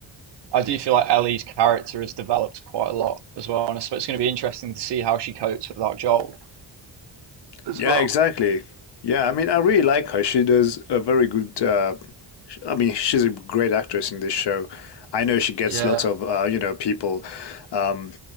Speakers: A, on the right (about 65°); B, on the left (about 65°).
A: I do feel like Ellie's character has developed quite a lot as well, and I suppose it's going to be interesting to see how she copes without Joel as
B: Yeah,
A: well.
B: exactly. Yeah, I mean, I really like her. She does a very good. Uh, sh- I mean, she's a great actress in this show. I know she gets
A: Yeah,
B: lots of uh, you know people, um,